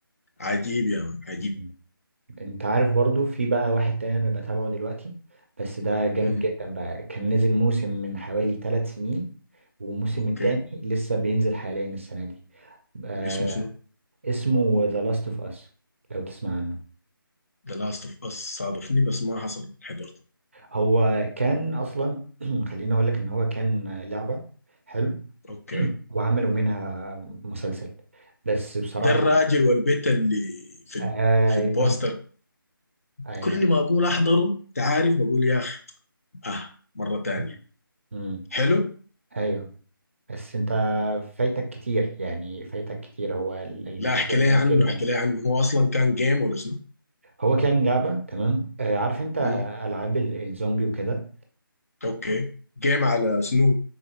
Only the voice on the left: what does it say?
عجيب يا مان عجيب
مهم.
اوكي
اسمه شنو
ذا لاست اوف اس صادفني بس ما حصل حضرته
اوكي
ده الراجل والبيت اللي في ال...
في البوستر
كل ما اقول احضره انت عارف بقول يا اخي اه مره تانية
حلو
لا احكي لي
عنه
احكي لي عنه هو اصلا كان جيم ولا شنو
مم.
اوكي جيم على شنو